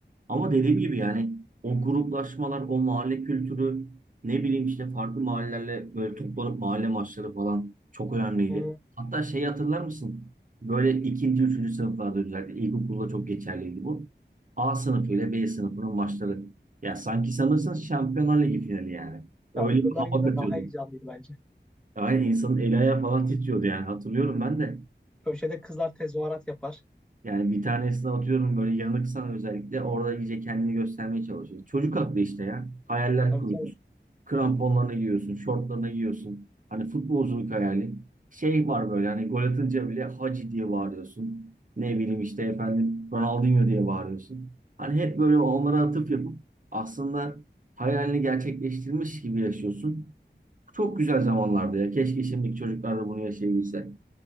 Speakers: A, on the right; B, in the centre.
A: Ama dediğim gibi yani o gruplaşmalar, o mahalle kültürü, ne bileyim işte farklı mahallelerle böyle toplanıp mahalle maçları falan çok önemliydi.
B: E,
A: Hatta şeyi hatırlar mısın? Böyle ikinci, üçüncü sınıflarda özellikle ilkokulda çok geçerliydi bu. A sınıfı ile B sınıfının maçları. Ya sanki sanırsın Şampiyonlar Ligi finali yani. Öyle
B: şampiyonlar
A: bir hava
B: yine
A: katıyordu.
B: daha heyecanlıydı bence.
A: Yani insanın eli ayağı falan titriyordu yani hatırlıyorum ben de.
B: Köşede kızlar tezahürat yapar.
A: Yani bir tanesini atıyorum böyle yanıksan özellikle orada iyice kendini göstermeye çalışıyor. Çocuk aklı işte ya. Hayaller
B: Tabii
A: kuruyorsun.
B: tabii.
A: Kramponlarını giyiyorsun, şortlarını giyiyorsun. Hani futbolculuk hayali. Şey var böyle hani gol atınca bile Hacı diye bağırıyorsun. Ne bileyim işte efendim Ronaldinho diye bağırıyorsun. Hani hep böyle onlara atıf yapıp aslında hayalini gerçekleştirmiş gibi yaşıyorsun. Çok güzel zamanlardı ya. Keşke şimdiki çocuklar da bunu yaşayabilse.